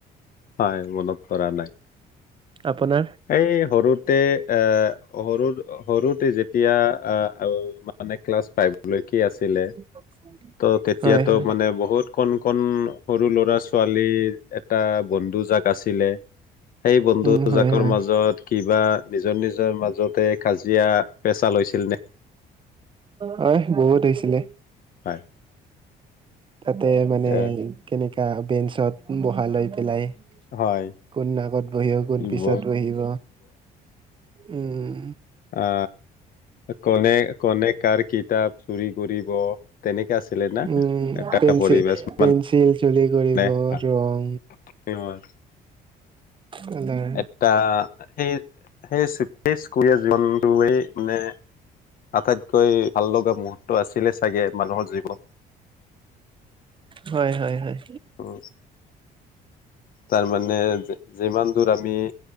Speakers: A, on the left; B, on the right.
A: হয়, মনত পৰা নাই।
B: আপোনাৰ?
A: এই সৰুতে এ সৰু সৰুতে যেতিয়া আ, মানে ক্লাছ ফাইভলৈকে আছিলে।
B: <inaudible>
A: ত' তেতিয়াতো
B: হয়, হয়।
A: মানে বহুত কন কন সৰু ল'ৰা ছোৱালী এটা বন্ধু জাক আছিলে, সেই বন্ধুজাকৰ
B: উম, হয়, হয়।
A: মাজত কিবা নিজৰ নিজৰ মাজতে কাজিয়া পেচাল হৈছিলনে?
B: হয়, বহুত হৈছিলে।
A: হয়
B: তাতে মানে
A: এ
B: কেনেকা বেঞ্চত বহালৈ পেলাই।
A: হয়।
B: কোন আগত বহিব, কোন
A: ইব
B: পিছত বহিব, উম।
A: আ, কনে কনে কাৰ কিতাপ চুৰি কৰিব। তেনেকে আছিলে না?
B: উম
A: এটা
B: পেঞ্চিল
A: পৰিবেশ
B: পেঞ্চিল
A: মানে
B: চুলি কৰিব
A: <unintelligible>
B: ৰং
A: <unintelligible>
B: কালাৰ
A: এটা সেই সেই সেই স্কুলীয়া জীৱনটোৱেই মানে আটাইতকৈ ভাল লগা মুহুৰ্ত আছিলে চাগে মানুহৰ জীৱনত।
B: হয়', হয়', হয়',।
A: উম, তাৰমানে যিমান দূৰ আমি,